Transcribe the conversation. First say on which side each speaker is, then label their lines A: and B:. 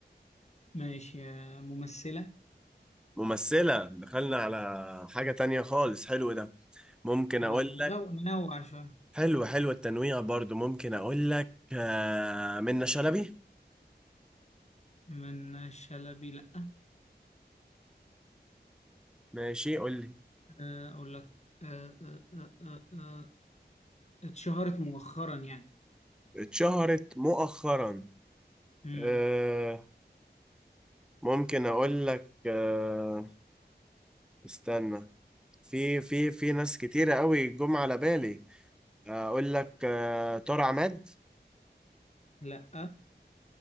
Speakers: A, on the left; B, in the centre.
A: ماشي آه، ممثله
B: ممثلة دخلنا على حاجة تانية خالص حلو ده ممكن
A: اه
B: أقول
A: نغو- ننوع شويه
B: حلو حلو التنويع برضو ممكن اقول لك آه، منة شلبي
A: من شلبي لا
B: ماشي قول لي
A: آه، اقول لك آه، آه، آه، آه، آه، اتشهرت مؤخرا يعني
B: اتشهرت مؤخرا
A: امم
B: آه، ممكن اقول لك آه، استنى في في في ناس كتيرة قوي جم على بالي آه، اقول لك آه، طارق عماد
A: لا